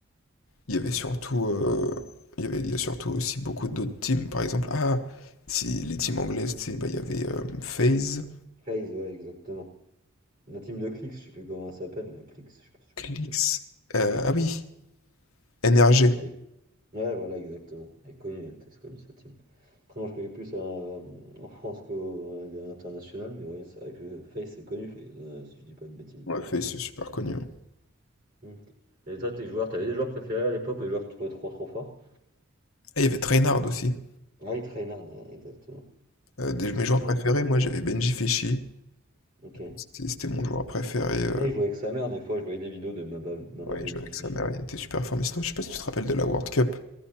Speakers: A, on the left; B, on the right.
A: il y avait surtout, euh, il y avait, il y a surtout aussi beaucoup d'autres teams. Par exemple, ah, si, les teams anglaises, tu sais, bah, il y avait euh, FaZe.
B: Phase, ouais, exactement. La team de Clix, je sais plus comment elle s'appelle, la Clix, je sais pas si tu vois
A: Clix.
B: qui c'est.
A: Euh, ah oui, NRG.
B: Avec- Ouais, voilà, exactement. Elle est connue, elle était connue sa team. Après, moi, je connais plus euh, en France qu'au l'international, mais oui, c'est vrai que Face, c'est connu, Face, euh, si je dis pas de bêtises.
A: On l'a fait, c'est super connu. hein.
B: Ok. Et toi, tes joueurs, t'avais des joueurs préférés à l'époque, des joueurs que tu trouvais trop trop forts?
A: Ah, il y avait Trainard aussi.
B: Ah, il Trainard, ouais, exactement.
A: Euh, des, mes joueurs
B: Exactement.
A: préférés, moi j'avais Benji Fischi.
B: Ok.
A: C'était c'était mon joueur préféré. euh,
B: Ouais, il jouait avec sa mère, des fois, je voyais des vidéos de Mama, Mama
A: Ouais,
B: Benji
A: il jouait avec
B: Fishy.
A: sa mère, il était super fort. Mais sinon, je sais pas si tu te rappelles de la World Cup.